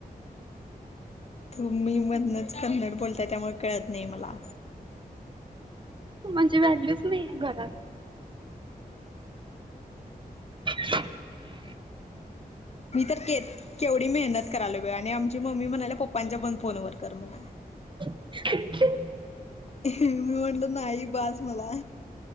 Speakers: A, on the left; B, on the right.
A: तुम्ही मधनंच कन्नड बोलताय त्यामुळं कळत नाही मला
B: म्हणजे व्हॅल्यूच नाहीे घरात <unintelligible>
A: मी तर के केवढी मेहनत करालोय बाई आणि आमची मम्मी म्हणालया पप्पांच्या पण फोनवर कर म्हण.
B: <unintelligible>
A: मी म्हटलं नाही बास मला